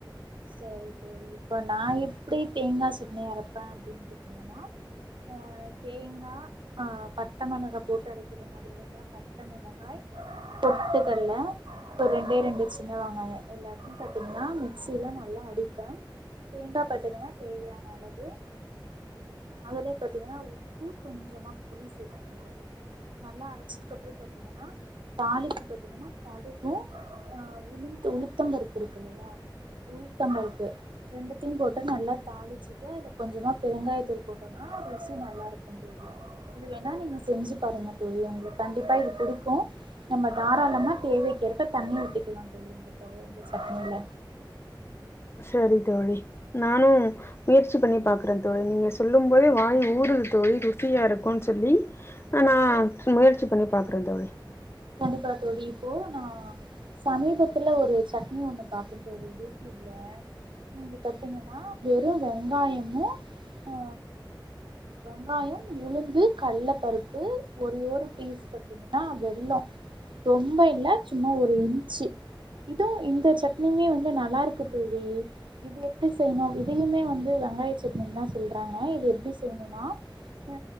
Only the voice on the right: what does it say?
செரி தோழி இப்போ நா எப்டி தேங்காய் சட்னி அரைப்பேன் அப்டின்னு பாத்தீங்கன்னா ஆ தேங்கா ஆ பட்ட மளகா போட்டு அரைக்கிற மாதிரில இருந்தான் பட்ட மிளகாய் பொட்டு கல்ல ஒரு ரெண்டே ரெண்டு சின்ன வெங்காயோம் எல்லாத்தையும் பாத்தீங்கன்னா மிக்சில நல்லா அடிப்பேன் தேங்கா பாத்தீங்கன்னா தேவையான அளவு அதுலயே பாத்தீங்கன்னா உப்பு கொஞ்சமா புளி சேத்துகோனோ தோழி நல்லா அரச்சதுக்கு அப்புறோம் பாத்தீங்கன்னா தாலிப்பு பாத்தீங்கன்னா கடுக்கு ம் ஆ உளுந்து உளுத்தம் பருப்பு இருக்கு இல்லையா உளுத்தம் பருப்பு ரெண்டுத்தையும் போட்டு நல்லா தாளிச்சுட்டு அதுல கொஞ்சமா பெருங்காய தூள் போட்டுன் னோ ருசி நல்லாருக்கும் தோழி இது வேணா நீங்க செஞ்சு பாருங்க தோழி உங்ளுக்கு கண்டிப்பா இது புடிக்கும் நம்ப தாராளமா தேவைக்கேர்ப தண்ணி ஊத்திக்கலாம் தோழி இந்த தொவைல இந்த சட்னியில
கண்டிப்பா தோழி இப்போ நான் சமீபத்துல ஒரு சட்னி ஒண்ணு பாத்தன் தோழி யூடியூப்ல இது பாத்தீங்கன்னா வெறும் வெங்காயமும் ஆ வெங்காயம் உளுந்து கள்ள பருப்பு ஒர ஒரு பீஸ் பத்தி ங்கன்னா வெள்ளோம் ரொம்ப இல்ல சும்மா ஒரு இன்ச்சு இதோ இந்த சட்னியுமே வந்து நல்லா இருக்கு தோழி இது எப்டி செய்யணும் இதையுமே வந்து வெங்காய சட்னின்னு தான் சொல்றாங்க இது எப்டி செய்னோனா ஆ